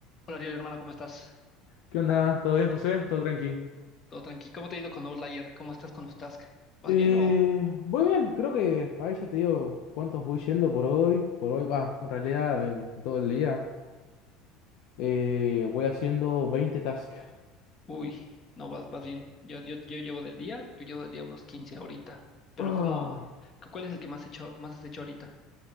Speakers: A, on the left; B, on the left.
A: Hola Ariel, hermano, ¿cómo estás?
B: ¿Qué onda? ¿Todo bien, José? ¿Todo tranqui?
A: ¿Todo tranqui? ¿Cómo te ha ido con Outlier? ¿Cómo estás con los tasks? ¿Vas
B: Eh,
A: bien o...?
B: voy bien, creo que ahí ya te digo cuántos voy yendo por hoy. Por hoy, va, en realidad, eh, todo el día. Eh, voy haciendo 20 tasks.
A: Uy, no, vas, vas bien. Yo, yo, yo llevo del día, yo llevo del día unos 15 ahorita. Pero
B: Ah,
A: ¿cómo? cu- ¿Cuál es el que más, hecho, más has hecho ahorita?